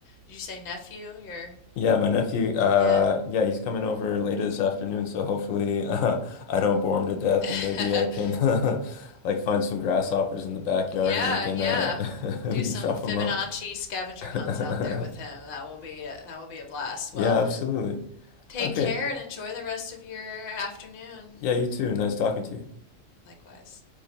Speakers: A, on the left; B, on the left.
A: did you say nephew? Your,
B: Yeah, my nephew, uh,
A: yeah.
B: yeah, he's coming over later this afternoon, so hopefully <laughs> uh, I don't bore him to death
A: <laughs>
B: and maybe I can <laughs> like find some grasshoppers in the backyard
A: Yeah,
B: and we can
A: yeah.
B: uh <laughs>
A: Do
B: we can
A: some
B: chop
A: Fibonacci
B: them up.
A: scavenger
B: <laughs>
A: hunts out there with him. That will be a, that will be a blast.
B: Yeah,
A: Well,
B: absolutely.
A: Take
B: Okay.
A: care and enjoy the rest of your afternoon.
B: Yeah, you too. Nice talking to you.
A: Likewise.